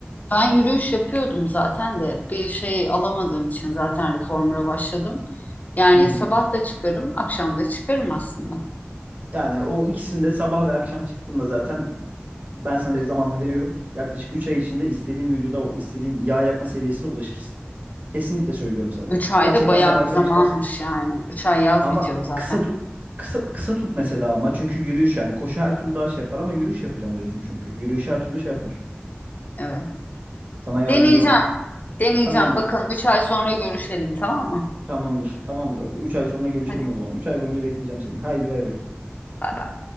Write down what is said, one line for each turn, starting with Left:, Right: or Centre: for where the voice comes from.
Left: Ben yürüyüş yapıyordum zaten de bir şey alamadığım için zaten reformer'a başladım. Yani
Right: Hı hı.
Left: sabah da çıkarım, akşam da çıkarım aslında.
Right: Yani o ikisinde sabah ve akşam çıktığında zaten ben sana direkt zamanını veriyorum. Yaklaşık 3 ay içinde istediğin vücuda o istediğin yağ yakma seviyesine ulaşırsın. Kesinlikle söylüyorum sana.
Left: Üç ayda
Right: Gerçekten
Left: bayağı
Right: sabah
Left: bir
Right: akşam
Left: zamanmış
Right: çıkarsa.
Left: yani. Üç ay yaz
Right: Ama
Left: bitiyor zaten.
Right: kısa tut. Kısa, kısa tut mesela ama çünkü yürüyüş yani koşu her türlü daha şey yapar ama yürüyüş yapacağım diyorsun çünkü. Yürüyüş her türlü şey yapar.
Left: Evet.
Right: Sana yardımcı
Left: Deneyeceğim.
Right: olur.
Left: Deneyeceğim.
Right: Tamamdır.
Left: Bakalım üç ay sonra görüşelim tamam mı?
Right: Tamamdır. Tamamdır abla. 3 ay sonra görüşelim
Left: Hadi
Right: o zaman. 3 ay boyunca bekleyeceğim seni. Haydi bay bay.
Left: bay bay.